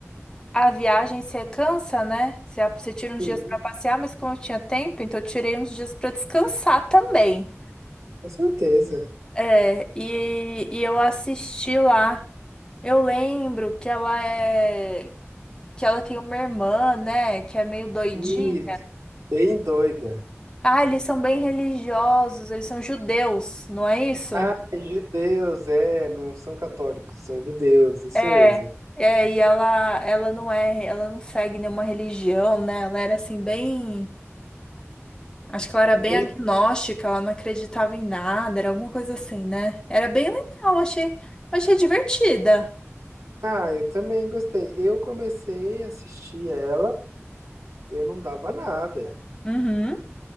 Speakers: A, on the left (about 15°); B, on the right (about 90°).
A: A viagem você cansa, né? Você, você tira uns
B: Sim,
A: dias para passear, mas como eu tinha tempo, então eu tirei uns dias para descansar também.
B: com certeza.
A: É, e, e eu assisti lá. Eu lembro que ela é. Que ela tem uma irmã, né? Que é meio doidinha.
B: Isso, bem doida.
A: Ah, eles são bem religiosos, eles são judeus, não é isso?
B: Ah, judeus, é, não são católicos, são judeus, isso
A: É,
B: mesmo.
A: é, e ela, ela não é, ela não segue nenhuma religião, né? Ela era assim bem Acho que ela era
B: Bem,
A: bem agnóstica, ela não acreditava em nada, era alguma coisa assim, né? Era bem legal, achei, achei divertida.
B: ah, eu também gostei. Eu comecei a assistir ela. Eu não dava nada.
A: Uhum.